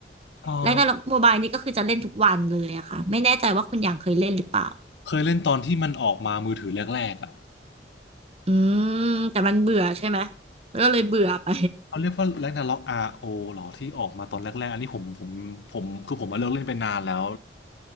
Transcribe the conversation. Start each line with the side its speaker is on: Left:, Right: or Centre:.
Left: เออ
Right: Ragnarok Mobile นี่ก็คือจะเล่นทุกวันเลยอะค่ะไม่แน่ใจว่าคุณอย่างเคยเล่นหรือเปล่า
Left: เคยเล่นตอนที่มันออกมามือถือแรกๆอ่ะ
Right: อืมแต่มันเบื่อใช่ไหมก็เลยเบื่อไป
Left: เขาเรียกว่าแร็กนาร็อก r อเหรอที่ออกมาตอนแรกๆอันนี้ผมผมผมคือผมมาเลิกเล่นไปนานแล้ว